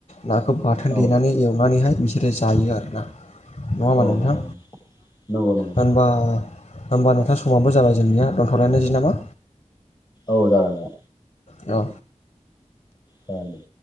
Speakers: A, on the left; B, on the left.
A: नाखौ बाथोन देनानै
B: औ
A: एवनानैहाय बिसोरो जायो आरो ना। नङा
B: औ
A: होमबा नों
B: नंगौ
A: थां
B: नंगौ नंगौ नंगौ
A: होनबा होमबा नोंथां समाबो जाबाय जोंनिया दोनथ'लायनोसै नामा?
B: औ जागोन दे
A: औ
B: जागोन दे